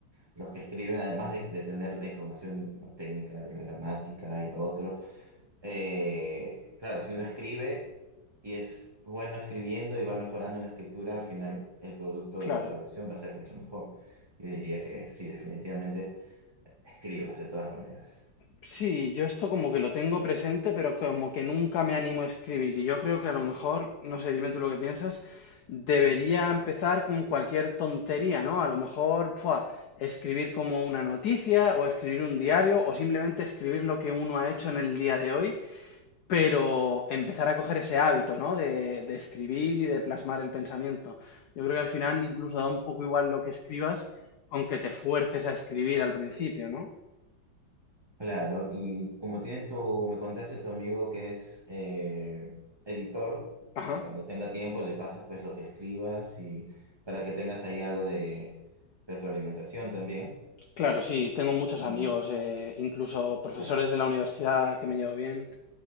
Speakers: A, on the right; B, on the left.
A: los que escriben, además de, de tener la información técnica de la gramática y lo otro, eh, claro, si uno escribe y es bueno escribiendo y va mejorando en la escritura, al final el producto
B: claro.
A: de la traducción va a ser mucho mejor. Yo diría que sí, definitivamente escribas de todas maneras.
B: Sí, yo esto como que lo tengo presente, pero como que nunca me animo a escribir. Y yo creo que a lo mejor, no sé, dime tú lo que piensas, debería empezar con cualquier tontería, ¿no? A lo mejor, ¡fua! escribir como una noticia o escribir un diario o simplemente escribir lo que uno ha hecho en el día de hoy, pero empezar a coger ese hábito, ¿no? De, de escribir y de plasmar el pensamiento. Yo creo que al final incluso da un poco igual lo que escribas, aunque te fuerces a escribir al principio, ¿no?
A: Claro, y como tienes tu, me contaste tu amigo que es eh, editor,
B: Ajá.
A: cuando tenga tiempo le pasas pues lo que escribas y para que tengas ahí algo de retroalimentación también.
B: Claro, sí, tengo muchos
A: Y,
B: amigos, eh, incluso profesores
A: claro.
B: de la universidad que me llevo bien